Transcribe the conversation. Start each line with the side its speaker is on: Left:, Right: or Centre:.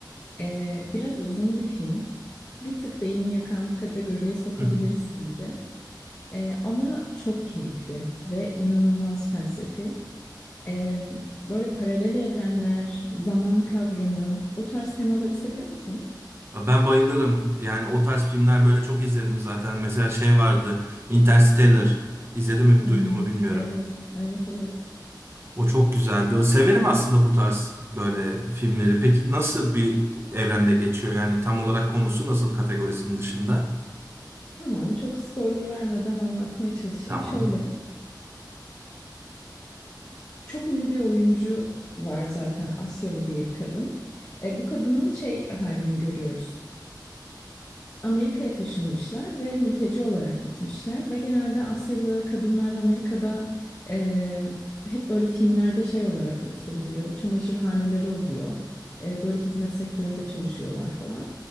Left: Eee, biraz uzun bir film. Bir tık beyni yakan kategoriye sokabiliriz
Right: Hı.
Left: bence. Eee, ama çok keyifli ve inanılmaz felsefi. Eee, böyle paralel evrenler, zaman kavramı, o tarz temaları seviyor musun?
Right: Ya Ben bayılırım. Yani o tarz filmler böyle çok izledim zaten. Mesela şey vardı. Interstellar. İzledim mi,
Left: Hmm,
Right: duydun mu bilmiyorum.
Left: evet, evet, evet.
Right: O çok güzeldi. O- Severim aslında bu tarz böyle filmleri. Peki nasıl bir evrende geçiyor? Yani tam olarak konusu nasıl kategorisinin dışında?
Left: Tamam, çok spoiler vermeden anlatmaya çalışayım.
Right: Tamam.
Left: Şöyle, çok ünlü bir oyuncu var zaten Asyalı bir kadın. E, bu kadının şey halini görüyoruz. Amerika'ya taşınmışlar ve mülteci olarak gitmişler ve genelde Asyalı kadınlar Amerika'da e, hep böyle filmlerde şey olarak gösteriliyor. Çamaşırhaneleri oluyor. E, böyle hizmet sektöründe çalışıyorlar falan.